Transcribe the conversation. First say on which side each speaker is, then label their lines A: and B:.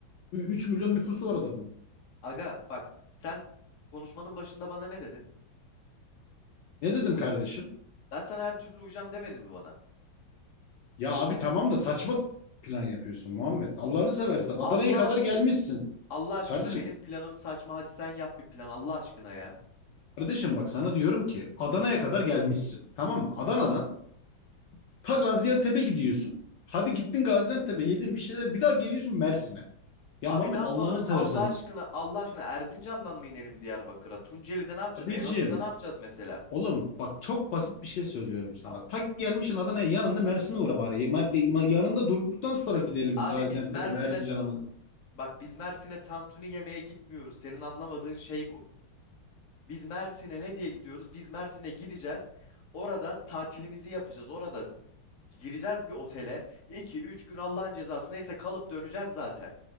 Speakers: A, on the left; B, on the left.
A: üç milyon nüfusu var Adana'nın.
B: Aga bak sen konuşmanın başında bana ne dedin?
A: Ne dedim kardeşim?
B: Ben sana her türlü uyacağım demedin mi bana?
A: Ya abi tamam da saçma plan yapıyorsun Muhammed. Allah'ını seversen
B: Allah
A: Adana'ya kadar
B: aşkın
A: gelmişsin.
B: Allah aşkına
A: Kardeşim
B: benim planım saçma hadi sen yap bir plan Allah aşkına ya.
A: kardeşim bak sana diyorum ki Adana'ya kadar gelmişsin. Tamam mı? Adana'dan ta Gaziantep'e gidiyorsun. Hadi gittin Gaziantep'e yedin bir şeyler bir daha geliyorsun Mersin'e. Ya
B: Abi
A: Muhammed
B: ne yapalım
A: Allah'ını seversen
B: Allah aşkına Allah aşkına Erzincan'dan mı inelim Diyarbakır'a? Tunceli'de ne yapacağız?
A: Abicim
B: Elazığ'da ne yapacağız mesela?
A: Oğlum bak çok basit bir şey söylüyorum sana.
B: Ya,
A: Ta gelmişsin Adana'ya yanında Mersin'e uğra bari. Mer- ma- Yanında durduktan sonra gidelim
B: abi
A: Gaziantep'e
B: biz Mersin'e
A: mi Erzincan'a mı?
B: bak biz Mersin'e tantuni yemeye gitmiyoruz. Senin anlamadığın şey bu. Biz Mersin'e ne diye gidiyoruz? Biz Mersin'e gideceğiz. Orada tatilimizi yapacağız. Orada Gireceğiz bir otele. iki üç gün Allah'ın cezası neyse kalıp döneceğiz zaten.